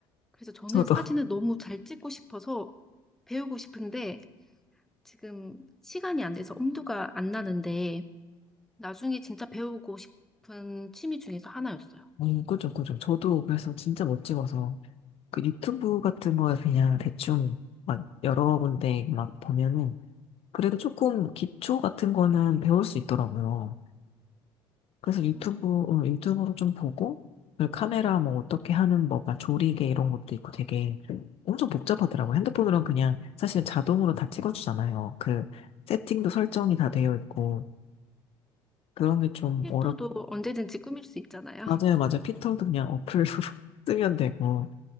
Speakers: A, in the centre; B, on the left.
A: 그래서 저는
B: 저도.
A: 사진을
B: <laughs>
A: 너무 잘 찍고 싶어서 배우고 싶은데 지금 시간이 안 돼서 엄두가 안 나는데 나중에 진짜 배우고 싶은 취미 중에서 하나였어요.
B: 음, 그죠, 그죠. 저도 그래서 진짜 못 찍어서, 그 유튜브 같은 거 그냥 대충 막 여러 군데 막 보면은, 그래도 조금 기초 같은 거는 배울 수 있더라고요. 그래서
A: 음.
B: 유튜브, 어, 유튜브로 좀 보고, 그 카메라 뭐 어떻게 하는 뭐, 막 조리개 이런 것도 있고 되게 엄청 복잡하더라고요. 핸드폰으로는 그냥 사실 자동으로 다 찍어주잖아요. 그 세팅도 설정이 다 되어 있고, 그런 게 좀
A: 필터도
B: 어렵,
A: 언제든지 꾸밀 수 있잖아요.
B: 맞아요,
A: <laughs>
B: 맞아요. 피터도 그냥 어플로 <laughs> 쓰면 되고.